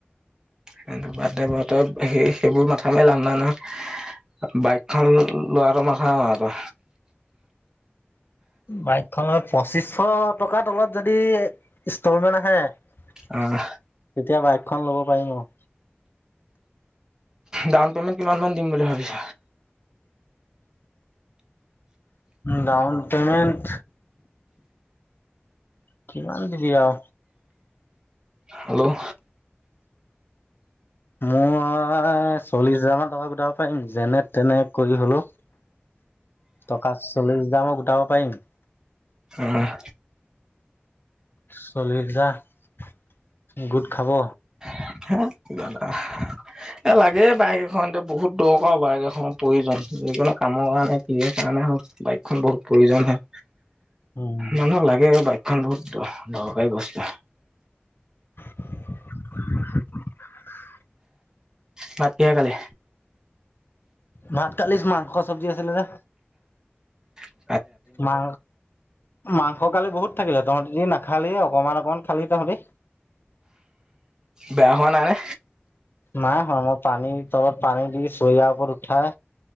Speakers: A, on the right; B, on the left.
A: সটো বাদ দে বত সেই সেইবোৰ মাথা মাৰ লাভ ন নহয় বাইকখন লোৱাৰ মাথা আৰু
B: বাইক খনৰ পঁচিশশ টকাৰ তলত যদি ষ্টলমেণ্ট আহে,
A: অ',
B: কেতিয়া বাই দুখন ল'ব পাৰিম অঁ
A: ডাউন পেমেন্ট কিমান মান দিম বুলি ভাবিছ?
B: ডাউন পেমেণ্ট কিমান দিবি আও
A: হেল্ল'
B: মোৰ চল্লিশ হাজাৰ মান টকা গোটাব পাৰিম যেনে তেনে কৰি হলো টকা চল্লিশ দামক গোটাব পাৰিম
A: আহ
B: চল্লিশ হাজাৰ গোট খাব
A: <unintelligible> এ লাগে বাইক এখন এয়া বহুত দৰকাৰ বাইক এখনৰ প্ৰয়োজন, যিকো কামৰ কাৰণে কি কাৰণে হ বাইকখন বহুত প্ৰয়োজন হয়
B: উম
A: মানুহক লাগে বাইকখন বহুত দৰকাৰী বস্তু।
B: <unintelligible>
A: ভাত কিহে খালি
B: ভাত কালি মাংস চব্জি আছিলে যে,
A: উ
B: মা মাংস কালি বহুত থাকিলে তহতিও না খালি অকমান অকমান খালি তাহঁতি
A: বেয়া হোৱা নাই নে
B: নাই হোৱা মই পানী তলত পানী দি চৰিয়াৰ ওপৰত উঠাই